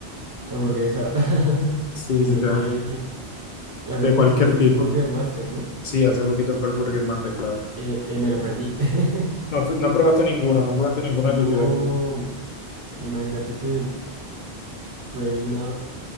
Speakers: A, on the right; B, on the left.
A: hamburguesa. <laughs>
B: Sí,
A: Siento
B: sí, te
A: que,
B: dan,
A: que hace
B: de
A: poquito
B: cualquier
A: fue
B: tipo.
A: el Burger Master, ¿no?
B: Sí, hace poquito fue el Burger Master, claro.
A: Eh, eh, me lo perdí. <laughs>
B: No, fui- no probaste ninguno, no probaste ninguno
A: No,
B: de tu ciudad.
A: imagínate que fue una.